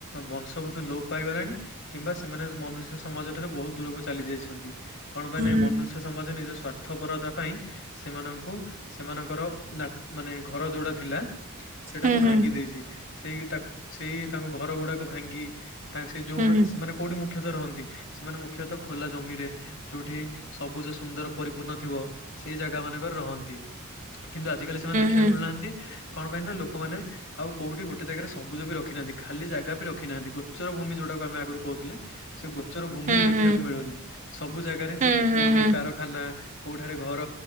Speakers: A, on the left (about 60°); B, on the right (about 35°).
A: ବଂଶ ବୋଧେ ଲୋପ ପାଇଗଲାଣି କିମ୍ବା ସେମାନେ ମନୁଷ୍ୟ ସମାଜ ଠାରୁ ବହୁତ ଦୂରକୁ ଚାଲି ଯାଇଛ ଛନ୍ତି କଣ ପାଇଁ
B: ହୁଁ
A: ନା ଏ ମନୁଷ୍ୟ ସମାଜ ନିଜ ସ୍ୱାର୍ଥପରତା ପାଇଁ ସେମାନଙ୍କୁ ସେମାନଙ୍କର ମାନେ ଘର ଯୋଉଡା ଥିଲା ସେଇଟାକୁ
B: ହୁଁ
A: ଭାଙ୍ଗି
B: ହୁଁ
A: ଦେଇଛି ସେଇ ତାକ ସେଇ ତାଙ୍କ ଘର ଗୁଡାକ ଭାଙ୍ଗି ତାଙ୍କ ସେ ଯୋଉମାନେ
B: ହୁଁ
A: ସେମାନେ କୋଉଠି ମୁଖ୍ୟତଃ ରହନ୍ତି ସେମାନେ ମୁଖ୍ୟତଃ ଖୋଲା ଜମିରେ ଯଉଠି ସବୁଜ ସୁନ୍ଦର ପରିପୂର୍ଣ୍ଣ ଥିବ ସେଇ ଜାଗା ମାନଙ୍କରେ ରହନ୍ତି। କିନ୍ତୁ ଆଜିକାଲି ସେମାନେ ଦେଖିବାକୁ
B: ହୁଁ।
A: ମିଳୁନାହାନ୍ତି କଣ ପାଇଁ ନା ଲୋକମାନେ ଆଉ କୋଉଠି ଗୋଟେ ଜାଗାରେ ସବୁଜ ବି ରଖିନାହାନ୍ତି ଖାଲି ଜାଗା ବି ରଖି ନାହାନ୍ତି ଗୋଚର ଭୂମି ଯୋଉଟାକୁ ଆମେ ଆଗରୁ କହୁଥିଲେ ସେ ଗୋଚର ଭୂମି
B: ହୁଁ
A: ବି ଦେଖିବାକୁ
B: ହୁଁ ହୁଁ
A: ମିଳୁନି। ସବୁ ଜାଗାରେ
B: ହୁଁ ହୁଁ ହୁଁ
A: କୋଉଠି
B: ହୁଁ।
A: କାରଖାନା କୋଉଠାରେ ଘର